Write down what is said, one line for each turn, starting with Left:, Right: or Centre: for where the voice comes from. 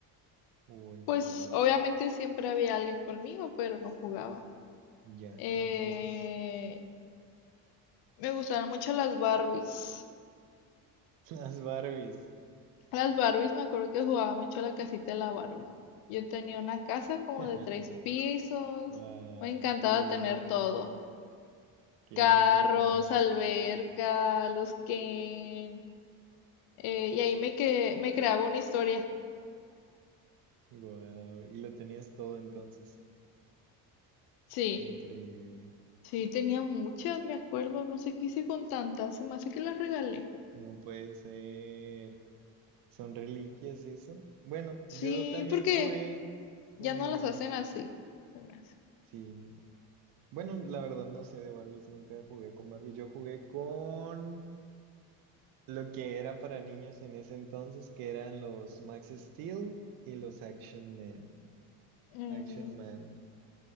Right: o entretenerte.
Left: Pues obviamente siempre había alguien conmigo, pero no jugaba.
Right: Ya,
Left: Eh,
Right: entonces,
Left: me gustaban mucho las Barbies.
Right: <laughs> las Barbies.
Left: Las Barbies, me acuerdo que jugaba mucho a la casita de la Barbie. Yo tenía una casa como
Right: <laughs>
Left: de tres pisos.
Right: Wow,
Left: Me encantaba
Right: qué lindo,
Left: tener todo.
Right: qué
Left: Carros,
Right: linda.
Left: alberca, los que Eh, y ahí me, que, me creaba una historia.
Right: wow, y lo tenías todo entonces.
Left: Sí,
Right: Increíble.
Left: sí, tenía muchas, me acuerdo. No sé qué hice con tantas. Se me hace que las regalé.
Right: No puede ser. Son reliquias eso. Bueno,
Left: Sí,
Right: yo también
Left: porque
Right: jugué con...
Left: ya no las hacen así. Se me hace.
Right: Sí. Bueno, la verdad no sé de Barbies, nunca jugué con Barbies. Yo jugué con lo que era para niños en ese entonces, que eran los Max Steel y los Action Men.
Left: Mm,
Right: Action Man.